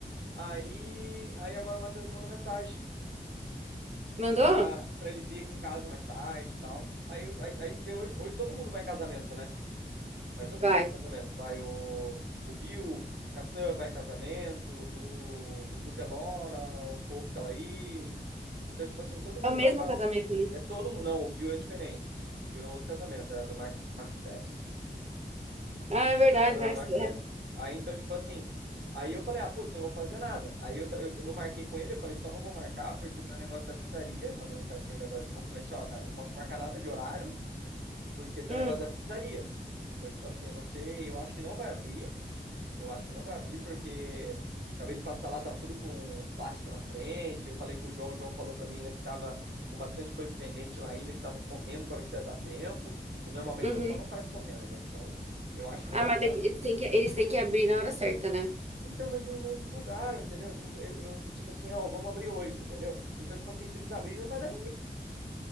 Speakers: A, on the right (about 80°); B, on the right (about 40°).
A: Aí, aí agora o Matheus mandou mensagem
B: mandou?
A: pra, pra eles virem aqui em casa mais tarde e tal. Aí, eu- aí, aí porque hoje, hoje todo mundo vai em casamento, né? Vai todo
B: Vai.
A: mundo em casamento. Vai o, o Bill, Cassan vai em casamento, o, o Duque é Laura, o Fofo Calaís. Então, tipo assim, todo mundo
B: É o mesmo
A: vai pra.
B: casamento, né?
A: É todo mundo. Não, o Bill é diferente. O Bill é outro casamento, é do Max, Max Travis.
B: Ah, é
A: Vai
B: verdade,
A: ser o casamento
B: mas
A: do Max
B: é.
A: Travis. Aí, então, tipo assim. Aí eu falei, ah, putz, eu não vou fazer nada. Aí eu, ta- eu eu não marquei com ele, eu falei, só não vou marcar porque eu tenho um negócio da pizzaria. Mandei mensagem pra ele agora de pouco, falei assim, ó, cara, eu não posso marcar nada de horário, porque tem
B: Hum,
A: o negócio da pizzaria. Então, tipo assim, eu não sei, eu acho que não vai abrir, eu acho que não vai abrir, porque acabei de passar lá, tava tudo com os plásticos na frente, eu falei com o João, o João falou pra mim ainda que tava com bastante coisa pendente lá ainda, que tava correndo pra ver se ia dar tempo, e normalmente
B: uhum.
A: o pessoal não faz correndo, né? Então, eu acho que não
B: Ah,
A: vai
B: mas
A: abrir
B: tem
A: nada.
B: que- eles têm que, eles têm que abrir na hora certa, né?
A: Então, mas não, não divulgaram, entendeu? Eu, eu, tipo assim, ó, vamos abrir hoje, entendeu? Então, tipo assim, se eles abrirem, não vai dar